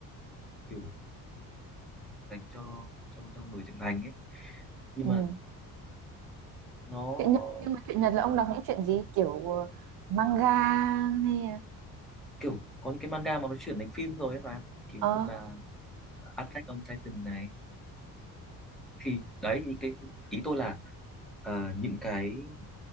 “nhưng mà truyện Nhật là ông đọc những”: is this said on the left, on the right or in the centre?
Right